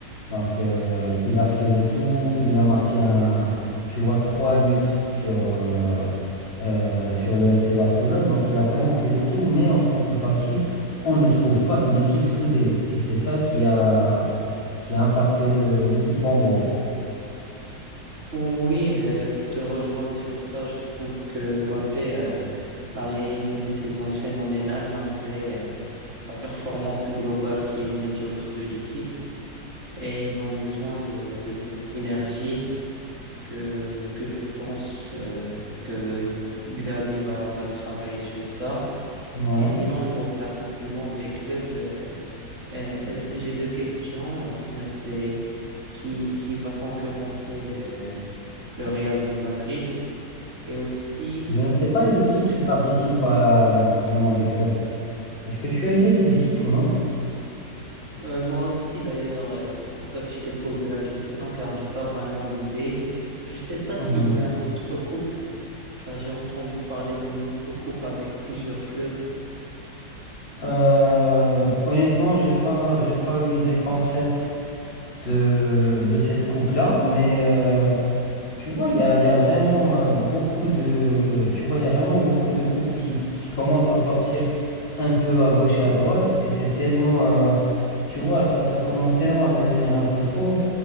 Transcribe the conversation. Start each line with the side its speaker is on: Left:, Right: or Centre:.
Left: Donc, euh, il a fait le tout, il a marqué un, tu vois, trois buts sur. euh, euh, sur le FC Barcelone. Donc il a vraiment fait le tout, mais en contrepartie, on ne trouve pas une équipe soudée. Et c'est ça qui a, qui a impacté le- l'équipe en gros.
Right: Oui, euh, je te rejoins sur ça. Je trouve que Mbappé euh, a réalisé une saison phénoménale malgré euh, la performance globale qui est médiocre de l'équipe. Et ils ont besoin de, de cette synergie. que, que je pense euh, que Xabi va, va travailler sur ça.
Left: Ouais.
Right: Et sinon, pour la Coupe du Monde des clubs, euh, euh, j'ai deux questions. La première, c'est qui, qui va concurrencer euh, le Real de Madrid et aussi
Left: Je ne sais pas
Right: où
Left: les équipes
Right: cette...
Left: qui participent à la, la Coupe du Monde des clubs. Est-ce que tu as aidé des équipes ou non?
Right: Euh, moi aussi, d'ailleurs, euh, c'est pour ça que je t'ai posé la question, car j'ai pas vraiment d'idée. Je sais pas s'il
Left: Ouais.
Right: y a une autre coupe, car j'ai entendu parler d'une autre coupe avec plusieurs clubs.
Left: Euh, honnêtement, j'ai pas, j'ai pas une idée concrète de, de cette coupe-là, mais euh, Tu vois, il y a, il y a vraiment euh, beaucoup de, tu vois, il y a vraiment beaucoup de couples qui, qui commencent à sortir un peu à gauche et à droite, et c'est tellement, euh, tu vois, ça, ça commence tellement à devenir un peu trop